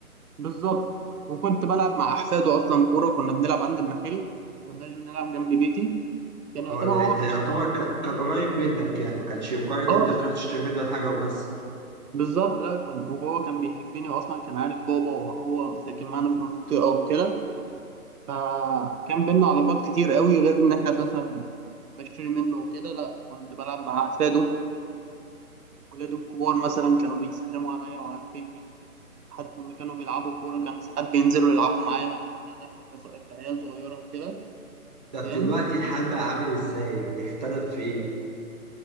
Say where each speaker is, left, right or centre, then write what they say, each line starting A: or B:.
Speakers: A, on the right; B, on the right.
A: بالظبط وكنت بلعب مع احفاده اصلا كورة كنا بنلعب عند المحل كناش بنلعب جنب بيتي يعني يعتبر
B: اه يعني
A: هو
B: انت
A: في
B: يعتبر ك- كان قريب منك يعني ما كانش مجرد
A: اه
B: ان انت بتروح تشتري منه الحاجة وبس
A: بالظبط لا كان وهو كان بيحبني واصلا كان عارف بابا وهو ساكن معانا في المنطقه وكده فكان بينا علاقات كتير قوي غير ان احنا مثلا بشتري منه وكده لا كنت بلعب مع احفاده ولاده الكبار مثلا كانوا بيسلموا عليا وعارفيني حتى لما كانوا بيلعبوا كوره كان ساعات بينزلوا يلعبوا معانا يعني احنا كص- كعيال صغيره وكده
B: طب
A: فاهم
B: دلوقتي الحال بقى عامل ازاي يعني اختلف في ايه